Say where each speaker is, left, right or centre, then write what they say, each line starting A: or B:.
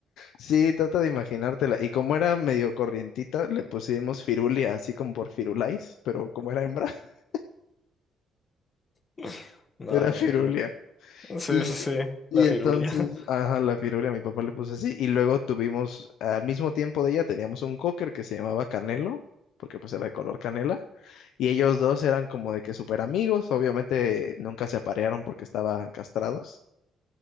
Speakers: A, on the left (about 85°); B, on the left (about 25°).
A: Sí, trata de imaginártela. Y como era medio corrientita, le pusimos Firulia, así como por Firulais, pero como era hembra, <laughs>
B: <laughs> No,
A: era Firulia.
B: viejo. Sí,
A: Y,
B: sí, sí,
A: y
B: la
A: entonces,
B: firulia. <laughs>
A: ajá, la firula, mi papá le puso así. Y luego tuvimos, al mismo tiempo de ella, teníamos un cocker que se llamaba Canelo, porque pues era de color canela. Y ellos dos eran como de que súper amigos. Obviamente nunca se aparearon porque estaban castrados.